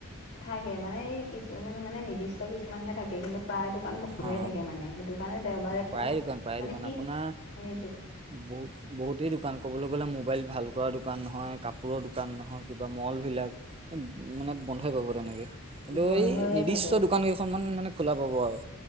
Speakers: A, on the left; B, on the right.
A: নাথাকে মানে এই কিছুমান মানে নিৰ্দিষ্ট কিছুমানহে থাকে কিন্তু প্ৰায় দোকান বন্ধইে
B: অ
A: থাকে মানে, সেইটো কাৰণে দেওবাৰে তোমাৰ
B: প্ৰায়ে দোকান প্ৰায়ে
A: মানে
B: দোকান
A: কি
B: আপোনাৰ
A: সেইটোৱে।
B: বহুত বহুতেই দোকান ক'বলৈ গ'লে মোবাইল ভাল কৰা দোকান নহয় কাপোৰৰ দোকান নহয় কিবা ম'লবিলাক মানে বন্ধই পাব তেনেকে কিন্তু
A: বন্ধয়ে
B: এই নিৰ্দিষ্ট
A: থাকে।
B: দোকান কেইখন মান মানে খোলা পাব আৰু।